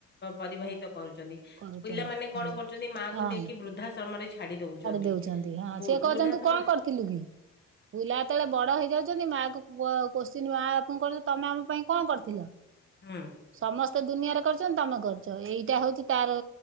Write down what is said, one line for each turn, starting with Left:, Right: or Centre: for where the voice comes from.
Left: ପରିବାହିତ କରୁଚନ୍ତି।
Right: କରୁଛନ୍ତି
Left: ପିଲାମାନେ କଣ
Right: ହୁଁ।
Left: କରୁଚନ୍ତି ମା
Right: ହଁ
Left: କୁ ନେଇକି ବୃଦ୍ଧାଶ୍ରମରେ ଛାଡି ଦଉଚନ୍ତି
Right: ଦଉଛନ୍ତି ହଁ
Left: ବୁ
Right: ସିଏ କହୁଛନ୍ତି
Left: ବୃଦ୍ଧା ସମରେ
Right: କଣ କରିଥିଲୁ କି? ପିଲା ଯେତେବେଳେ ବଡ ହେଇଯାଉଚନ୍ତି ମା କୁ କୋ କୋସ୍ଚୀନ ମା ବାପକୁ କରୁଚନ୍ତି ତମେ ଆମ ପାଇଁ କଣ କରିଥିଲ।
Left: ହୁଁ
Right: ସମସ୍ତ ତ ଦୁନିଆରେ କରିଚନ୍ତି ତମେ କରଚ ଏଇଟା ହଉଚି ତାର